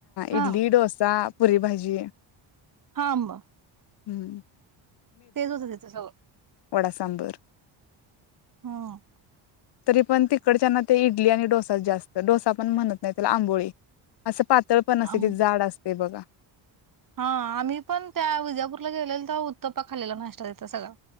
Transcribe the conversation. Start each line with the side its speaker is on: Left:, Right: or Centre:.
Right: हा
Left: इडली, डोसा, पुरी भाजी
Right: हांम.
Left: हं
Right: तेच होतं त्याच, हो.
Left: वडा-सांबर,
Right: हम्म
Left: तरी पण तिकडच्याना ते इडली आणि डोसा जास्त, डोसा पण म्हणत नाही त्याला आंबोळी, असं पातळ पण नसते
Right: आम
Left: ती जाड अस ते बघा.
Right: हा, आम्ही पण त्या विजापूरला गेलेलो तवा उत्तप्पा खालेला नाष्टा तिथं सगळा.